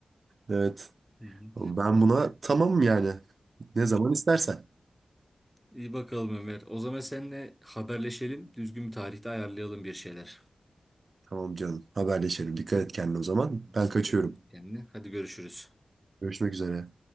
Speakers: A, on the right; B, in the centre.
A: Evet.
B: Hı hı.
A: Ben buna tamamım yani. Ne zaman istersen.
B: İyi bakalım Ömer. O zaman seninle haberleşelim. Düzgün bir tarihte ayarlayalım bir şeyler.
A: Tamam canım. Haberleşelim. Dikkat et kendine o zaman. Ben
B: Sen
A: kaçıyorum.
B: de kendine. Hadi görüşürüz.
A: Görüşmek üzere.